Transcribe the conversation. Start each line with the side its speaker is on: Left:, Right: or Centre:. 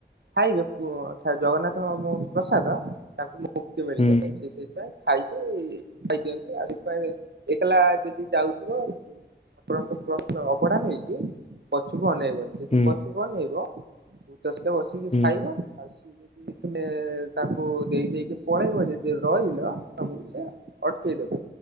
Right: ଖାଇବେ ପୁ ଜଗନ୍ନାଥଙ୍କ ପ୍ରସାଦ ତାଙ୍କୁ ମୁକ୍ତି ମିଳିଯାଏ
Left: ହୁଁ
Right: ସେଇ ସେଇଥିପାଇଁ ଖାଇକି ଖାଇଦିଅନ୍ତି ଆଉ ସେଥିପାଇଁ ଏକେଲା ଯଦି ଯାଉଥିବ ଆପଣଙ୍କ ପ୍ରତ୍ୟ ଅବଢା ନେଇକି ପଛକୁ ଅନେଇବନି। ଯଦି
Left: ହୁଁ
Right: ପଛୁ ଅନେଇବ ଭୂତସ୍ତ ବସିକି
Left: ହୁଁ
Right: ଖାଇବ ଆଉ ଯଦି ତୁମେ ତାକୁ ଦେଇ ଦେଇକି ପଳେଇବ ଯଦି ରହିଲ ତମକୁ ସେ ଅଟକେଇଦବେ